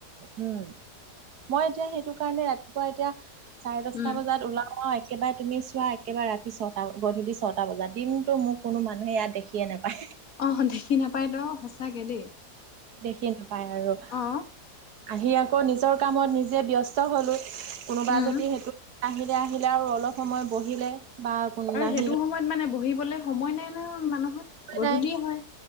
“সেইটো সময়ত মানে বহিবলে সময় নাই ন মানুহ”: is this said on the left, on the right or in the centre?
Left